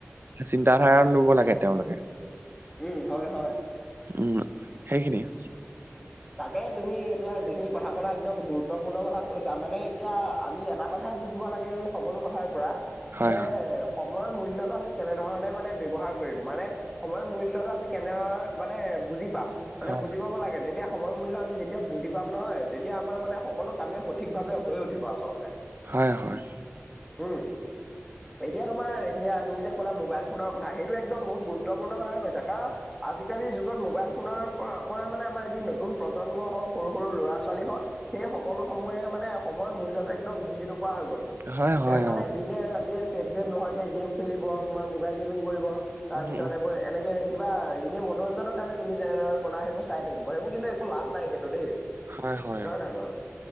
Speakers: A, on the right; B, in the centre.
A: চিন্ত ধাৰা লব লাগে তেওঁলোকে।
B: এ, হয়, হয়।
A: উম, সেইখিনিয়ে।
B: তাকে তুমি এতিয়া যিখিনি কথা পলা একদম গুৰুত্বপূৰ্ণ কথা কৈছা মানে এতিয়া আমি এটা কথাই বুজিব লাগে। এই সকলো কথাৰ পৰা
A: হয়
B: যে সময়ৰ মূল্যতটো আমি কেনেধৰণে মানে ব্যৱহাৰ কৰিম মানে সময়ৰ মূল্য়তটো আমি কেনে ধৰ মানে বুজি পাম মানে
A: হয়
B: বুজি পাব লাগে তেতিয়া সময় মূল্য আমি যেতিয়া বুজি পাম নহয়। তেতিয়া আমাৰ মানে সকলো কামেই সঠিকভাৱে হৈয় উঠিবা আচলতে।
A: হয় হয়।
B: উম। এতিয়া তোমাৰ সেয়া তুমি যে ক'লা মোবাইল ফোনৰ কথা সেইটো একদম বহুত গুৰুত্বপূৰ্ণ কথাই কৈছা। কাৰণ আজিকালিৰ যুগত মোবাইল ফোনৰ প-পৰা মানে আমাৰ যি নতু নতুন প্ৰজন্ম হওক, সৰু সৰু ল'ৰা ছোৱালী হওঁক, সেই সকলো সমূহে মানে সময়ৰ মূল্যতটো একদম বুজি ন পোৱা হৈ গল।
A: হয় হয়
B: এ
A: হয়
B: মানে
A: অ
B: দিনে ৰাতি এতিয়া চছেটবেট নোহোৱাকে গেম খেলিব। তোমাৰ মোবাইল গেমিং কৰিব। তাৰ
A: উম,
B: পিছত
A: উম।
B: এইবোৰ এনেকে কিবা এনে মনোৰঞ্জনৰ কাৰণে তুমি যেনেদৰে কলা সেইবোৰ চাই থাকিব। সেইবোৰ কিন্তু একো লাভ নাই কিন্তু দেই।
A: হয় হয়।
B: নহয় বাৰু?